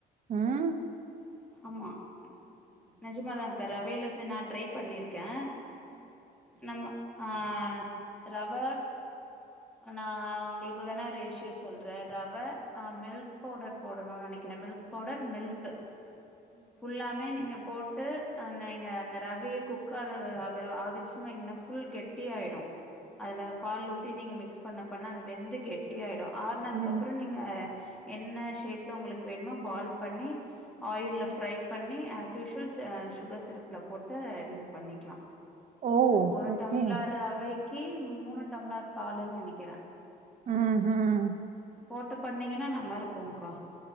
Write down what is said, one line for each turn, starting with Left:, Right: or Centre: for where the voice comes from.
Right: ம்.
Centre: ஆமா ம் நெஜமாதாங்க்கா ரவைல செ நா ட்ரை பண்ணிருக்கே நம்ம ஆ ஆ ரவ நா உங்களுக்கு வேண்ணா ரேஷியோ சொல்றே ரவ மில்க் பவுடர் போடணுனு நெனைக்கிறே மில்க் பவுடர் மில்க்கு ஃபுல்லாமே நீங்க இப் போட்டு அ நீங்க அந்த ரவய குக் ஆற ஆகற ஆகிச்சினு வைங்ளே ஃபுல் கெட்டி ஆயிடு அதுல பால் ஊத்தி நீங்க மிக் மிக்ஸ் பண்ண பண்ண அது வெந்து கெட்டி ஆயிடு ஆறனதுக்கப்றோ
Right: ம்.
Centre: நீங்க என்ன ஷேப்ல உங்களுக்கு வேணுமோ பால் பண்ணி ஆயில்ல ஃப்ரை பண்ணி அஸ் யூஷுவல் அ சுகர் சிரப்ல போட்டு நீங்க பண்ணிக்லா
Right: ஓ!
Centre: ஒரு
Right: ஓகே.
Centre: டம்ளர் ரவை கி மூணு டம்ளர் பால்ன்னு நெனைக்கிறேன்
Right: உம் உஹம்
Centre: போட்டு பண்ணீங்கன்னா நா நல்லா இருக்குங்க்கா